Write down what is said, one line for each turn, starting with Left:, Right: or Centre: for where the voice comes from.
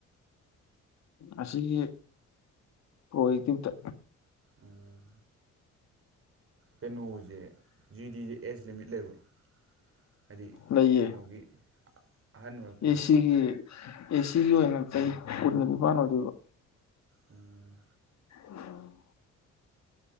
Left: ꯑꯁꯤꯒꯤ ꯄ꯭ꯔꯣꯌꯦꯦꯛꯇꯤꯞꯇ
Right: ꯎꯝ ꯀꯩꯅꯣꯁꯦ G D G S limit ꯂꯩꯕ꯭ꯔꯥ ꯍꯥꯏꯗꯤ
Left: ꯂꯩꯌꯦ
Right: ꯀꯩꯅꯣꯒꯤ ꯑꯍꯜ ꯑꯣꯏꯔꯛꯄꯒꯤ
Left: ꯑꯦꯁꯤꯒꯤ ꯑꯦꯁꯤꯒꯤ ꯑꯣꯏꯅ ꯆꯍꯤ ꯀꯨꯟ ꯅꯤꯄꯥꯟ ꯑꯣꯏꯗꯣꯏꯕ
Right: ꯎꯝ
Left: ꯎꯝ